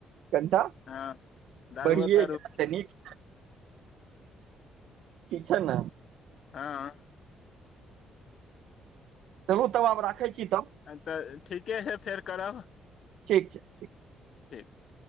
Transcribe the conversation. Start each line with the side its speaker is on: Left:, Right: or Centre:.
Right: कनिटा
Left: हँ दारुओ
Right: बढ़िए
Left: तारू
Right: जा निक किछ न
Left: हँ
Right: चलू तब आब राखै छी तब
Left: तऽ ठीके हे फेर करब
Right: ठीक छै ठीक छै
Left: ठीक छै